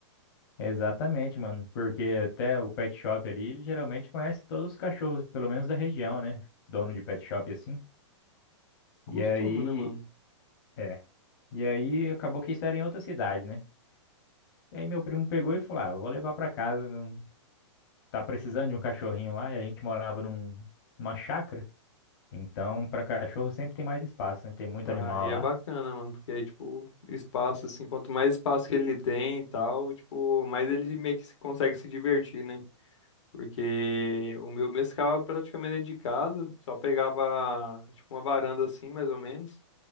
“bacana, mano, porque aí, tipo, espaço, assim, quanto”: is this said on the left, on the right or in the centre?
Left